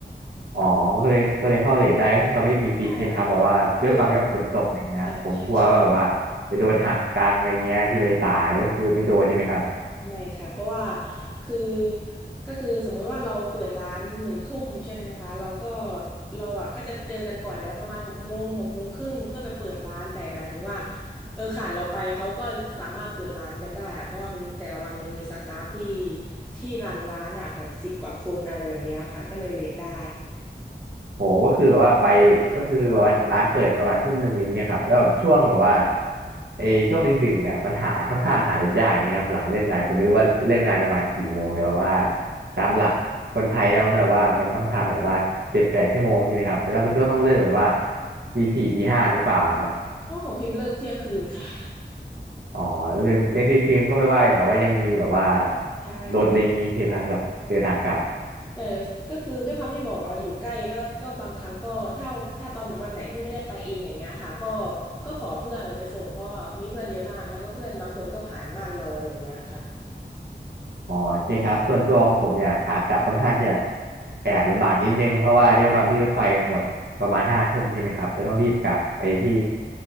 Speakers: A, on the right; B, in the centre.
A: อ๋อก็เลยก็เลยเข้าเลทได้ก็คือเขาไม่มีฟิกใช่ไหมครับแบบว่าด้วยความที่ว่าฝนตกอะไรเงี้ยผมกลัวว่าแบบว่าจะโดนหักตังค์อะไรเงี้ยที่ไปสายก็คือไม่โดนใช่ไหมครับ
B: ใช่คือเออใช่ใช่ ไม่ค่ะเพราะว่าคือก็คือสมมุติว่าเราเปิดร้านหนึ่งทุ่มใช่ไหมคะเราก็เราอ่ะก็จะเจอกันก่อนแล้วประมาณหกโมงหกโมงครึ่งเพื่อไปเปิดร้านแต่หมายถึงว่าเออขาดเราไปเขาก็สามารถเปิดร้านกันได้อะเพราะว่ามันแต่ละวันมันมีสตาฟที่ที่รันร้านอ่ะแบบสิบกว่าคนอะไรแบบเนี้ยค่ะก็เลยเลทได้
A: โหก็คือแบบว่าไปก็คือแบบว่าร้านเปิดประมาณทุ่มหนึ่งอะไรเงี้ยครับแล้วแบบช่วงแบบว่าไอ้ช่วงดึกๆเนี่ยมันหาค่อนข้างหารถยากอย่างเงี้ยครับหลังเลิกงานผมไม่รู้ว่าเลิกงานประมาณกี่โมงแต่ว่าตามหลักคนไทยนะมันแบบว่ามันต้องทำแบบว่าเจ็ดแปดชั่วโมงใช่ไหมครับแล้วมันก็ต้องเลิกแบบว่าตีสี่ตีห้าหรือเปล่าครับ
B: อ๋อของพิมพ์เลิกเที่ยงคืนค่ะ
A: อ๋อเรื่องเรื่องที่เคลมก็ไม่ว่าแบบว่ายังมีแบบว่า
B: <laughs> ใช่
A: รถอะไรอย่างงี้ใช่ไหมครับสำหรับเดินทางกลับ
B: แต่ก็คือด้วยความที่บอกว่าอยู่ใกล้ก็ก็บางครั้งก็ถ้าถ้าตอนวันไหนที่ไม่ได้ไปเองอย่างเงี้ยค่ะก็ก็ขอเพื่อนไปส่งเพราะว่ามีเพื่อนเยอะมากแล้วก็เพื่อนบางคนก็ผ่านบ้านเราอะไรแบบเนี้ยค่ะ
A: อ๋อใช่คครับส่วนตัวของผมเนี่ยขากลับค่อนข้างจะแอบลำบากนิดนึงเพราะว่าด้วยความที่รถไฟมันหมดประมาณห้าทุ่มใช่ไหมครับเลยต้องรีบกลับไปที่